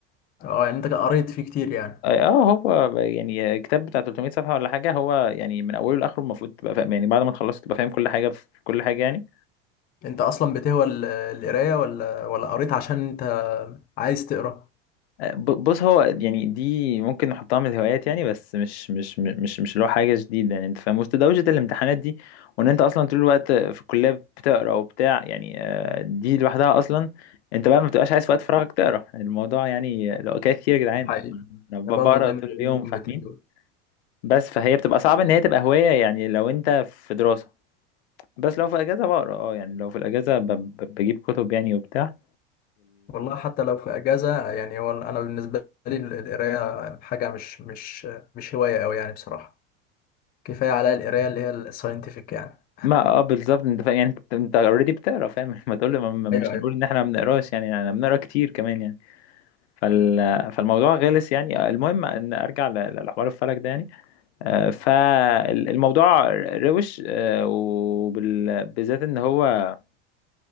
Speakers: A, on the left; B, on the left.
A: اه يعني انت قريت فيه كتير يعني
B: اه آه، هو ب- يعني كتاب بتاع 300 صفحه ولا حاجه هو يعني من اوله لاخره المفروض تبقى فاهم يعني بعد ما تخلصت تبقى فاهم كل حاجه في كل حاجه يعني
A: انت اصلا بتهوى ال- القرايه ولا ولا قريت عشان انت عايز تقرا
B: ب- بص هو يعني دي ممكن نحطها من الهوايات يعني بس مش مش مش مش اللي هو حاجة جديدة يعني انت فاهم وسط دوشة الامتحانات دي وان انت اصلا طول الوقت في الكلية بتقرا وبتاع يعني آه، دي لوحدها اصلا انت بقى ما بتبقاش عايز في وقت فراغك تقرا الموضوع يعني لو حكاية كتير يا جدعان
A: ده حقيقي
B: انا ب-
A: انا برضه
B: بقرا
A: دايما
B: طول
A: بقول
B: اليوم
A: الجملتين
B: فاهمين
A: دول
B: بس فهي بتبقى صعب ان هي تبقى هواية يعني لو انت في دراسة بس لو في اجازة بقرا اه يعني لو في الاجازة ب- ب- بجيب كتب يعني وبتاع
A: والله حتى لو في اجازه يعني هو انا بالنسبه لي ال- القرايه حاجه مش مش مش هوايه قوي يعني بصراحه كفايه عليا القرايه اللي هي الساينتفك يعني
B: ما اه بالظبط انت فاهم يعني انت انت اوريدي بتقرا فاهم <laughs> ما تقول لي ما- ما- مش
A: ايوه ايوه
B: هنقول ان احنا ما بنقراش يعني احنا بنقرا كتير كمان يعني فال... فالموضوع غلس يعني آه، المهم ان ارجع ل- لحوار الفلك ده يعني آه، فالموضوع روش وبالذات ان هو آه،